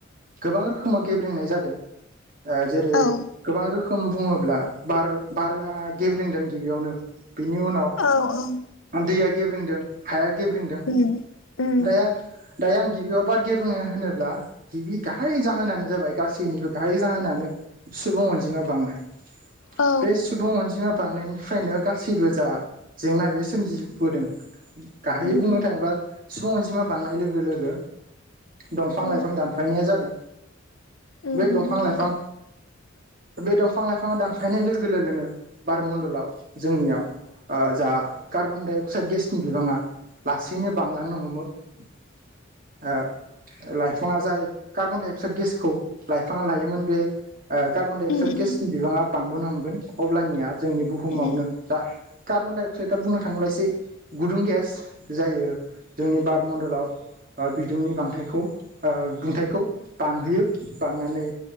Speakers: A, on the right; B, on the left.
A: गोबां रोखोमाव गेब्रेेंनाय जादों ओ जेरै
B: औ
A: गोबां रोखोम बुङोब्ला बार बारा गेब्रेंदों गिबियावनो बिनि उनाव
B: औ औ
A: दैया गेब्रेंदों हाया गेब्रेंदों
B: उम उम
A: दाया दायो आं गिबियाव बार गे बुंुनो होनोब्ला गिबि गाहाय जाहोनानो जाबाय गासैनिबो गाहाय जाहोनानो सुबुं अनजिमा बांनाय
B: औ
A: बे सुबुं अनजिमा बांनायनि फ्रायनो गासैबो जा जेंना बे सोमजिबोदों गाहाय
B: उम
A: बुंनो
B: उम
A: थाङोब्ला - सुबुं अनजिमा बांनाय लोगो लोगो दंफां
B: उम
A: लाइफां दानफायनाया जादों
B: उम
A: बे दंफां
B: उम नंगौ
A: लाइफां बे दंफां लाइफाङा दानफायनाय लोगो लोगोनो बारमणडलाव जोंनियाव जा कार्बन डाइ अक्साइड गेसनि बिबाङा लासैनो बांलांनो हमो <inaudible> लाइफाङा जाय कार्बन डाइ अक्साइद गेसखौ लाइफाङा लायोमोन बे ओ कार्बन डाइ
B: उम
A: अक्साइड गेसनि
B: उम
A: बिबाङा बांबोनो हमगोन अब्लानिया जोंनि बुहुमावनो
B: उम
A: जा कार्बनडाइ अक्साइदआ बुंनो थाङोब्ला एसे गुदुं गेस जायो जोंनि बार मडलाव बिदुंनि बांथायाय दुंथायखौ बांहोयो बांनानै